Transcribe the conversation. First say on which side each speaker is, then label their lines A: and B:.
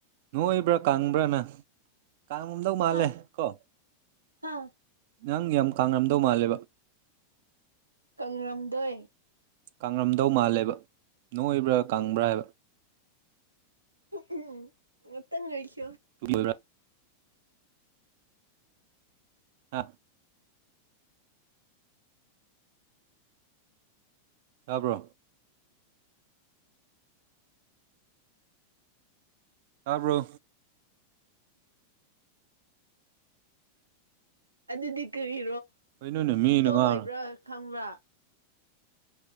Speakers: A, on the right; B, on the right.
A: ꯅꯣꯏꯕ꯭ꯔꯥ ꯀꯪꯕ꯭ꯔꯥ ꯅꯪ ꯀꯥꯡꯔꯨꯝꯝꯗꯧ ꯃꯥꯜꯂꯦ
B: ꯍꯥ
A: ꯀꯣ
B: ꯍꯥ
A: ꯅꯪ ꯌꯥꯝ ꯀꯔꯝꯗꯧ ꯃꯥꯜꯂꯦ
B: ꯀꯪꯒ꯭ꯔꯝꯗꯣꯏ
A: ꯀꯪꯉꯝꯗꯧ ꯃꯥꯜꯂꯦꯕ ꯅꯣꯏꯕ꯭ꯔꯥ ꯀꯪꯕ꯭ꯔꯥ ꯍꯥꯏꯕ
B: ꯎꯝ ꯃꯠꯇꯪ ꯀ
A: <unintelligible> ꯍꯥꯥ ꯇꯥꯕ꯭ꯔꯣ ꯇꯥꯕ꯭ꯔꯣ
B: <inaudible> ꯑꯗꯨꯗꯗꯤ ꯀꯔꯦ
A: ꯀꯩꯅꯣꯅꯦ ꯃꯤꯅ
B: ꯇꯣꯂꯣꯏꯕ꯭ꯔꯥ
A: ꯉꯥꯡ
B: ꯈꯪꯕ꯭ꯔꯥ